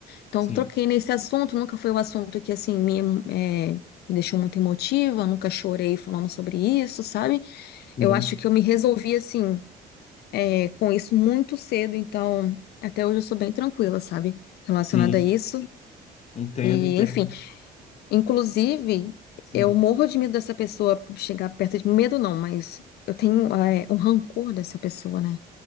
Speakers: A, on the left; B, on the left.
A: Então
B: sim,
A: eu troquei
B: sim,
A: nesse assunto, nunca foi o assunto que assim me, emo- eh, me deixou muito emotiva, nunca chorei falando sobre isso, sabe?
B: sim,
A: Eu acho que eu me resolvi assim é, com isso muito cedo, então até hoje eu sou bem tranquila, sabe? Relacionada
B: sim.
A: a isso.
B: Entendo,
A: E,
B: entendo.
A: enfim, inclusive,
B: Sim,
A: eu morro de medo dessa pessoa chegar perto de mim. Medo não, mas eu tenho, é, um rancor dessa pessoa, né?